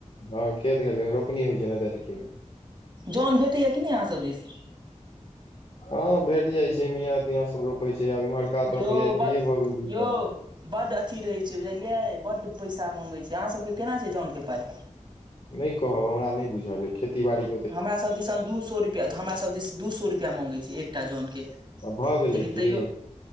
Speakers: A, on the left; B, on the right.
A: हँ खेत गेलिय रोपनी होइत छै ने देलखीमे
B: जन भेटैया कि नहि अस दिस
A: हँ भेट जाइत छै मियाँ तियासभ रोपैत छै आब इम्हरका
B: यौ
A: तऽ वी आइ
B: बड
A: पी ए भऽ गेलस
B: यौ बड्ड अथी रहैत छै बुझलियै बड पैसा मगैत छै अहाँसबके केना छै जनके पाइ
A: नै कहब हमरा नहि बुझल अ खेती बाड़ी
B: हमरा सब दिसन दू सए रुपआ हमरा सब दिस दू सए रुपआ माँंगै छै एकटा जन के
A: अइ भऽ गेलै
B: लेकिन
A: की
B: तैयो